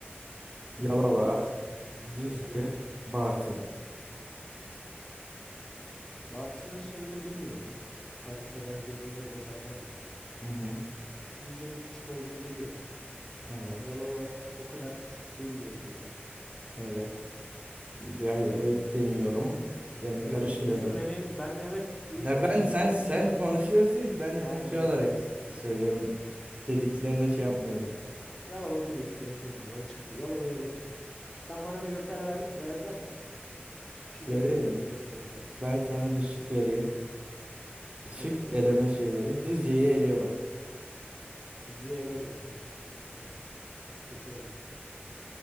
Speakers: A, on the right; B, on the left.
A: Yalova,
B: En küçük ilimiz.
A: Düzce,
B: Evet.
A: Bartın.
B: evet. Bartın'ı şimdi bilmiyorum. Haritada gözümde bile canlanmıyor.
A: Hı hı.
B: Düzce'nin küçük olduğunu biliyorum.
A: Evet,
B: Yalova o kadar küçük değil diye biliyorum.
A: evet. Bir ay- evet demiyorum. Yani
B: Evet
A: karışmıyorum.
B: diyorsun beni ben evet deyince
A: Ya ben
B: şey
A: sen
B: oldu.
A: sen konuşuyorsun. Ben
B: <laughs>
A: hani
B: Aynen
A: şey
B: aynen.
A: olarak s- söylüyorum. Dediklerine şey yapmıyorum.
B: Abi, Yalova büyük benim gözümde o çıktı. Yalova'yı eledim. Sen bana bir joker ver, vereceğim mi artık? Şık
A: Vereyim
B: eleme joker
A: mi?
B: istiyorum senden.
A: Ben sana bir şık vereyim. Şık
B: Evet.
A: eleme şey vereyim. Düzce'yi eliyorum.
B: Düzce'yi elemeyecektin işte. Bak. Bu kötü oldu.